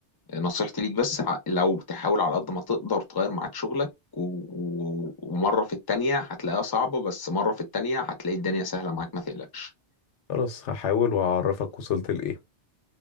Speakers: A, on the left (about 25°); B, on the left (about 80°).
A: نصيحتي ليك بس ع- لو تحاول على قد ما تقدر تغير ميعاد شغلك و... و... ومرة في التانية هتلاقيها صعبة بس مرة في التانية هتلاقي الدنيا سهلة معاك ما تقلقش
B: خلاص هحاول وهعرفك وصلت لإيه